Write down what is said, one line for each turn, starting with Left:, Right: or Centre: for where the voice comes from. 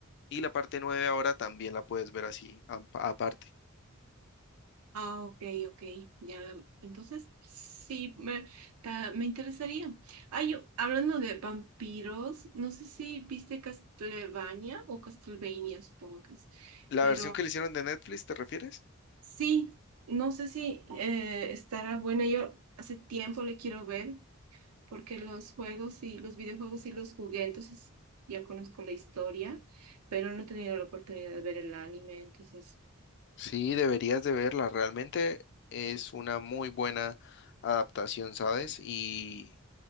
Left: y la parte 9 ahora también la puedes ver así am- aparte.
Right: Ah, ok, ok. Ya lo- Entonces, sí, me, ta- me interesaría. Ay, yo- hablando de vampiros, no sé si viste Castlevania o Castlevania, supongo que es.
Left: ¿La
Right: Pero
Left: versión que le hicieron de Netflix, te refieres?
Right: sí, no sé si eh, estará buena. Yo hace tiempo le quiero ver, porque los juegos y los videojuegos y los jugué, entonces ya conozco la historia, pero no he tenido la oportunidad de ver el anime, entonces.
Left: Sí, deberías de verla, realmente es una muy buena adaptación, ¿sabes? Y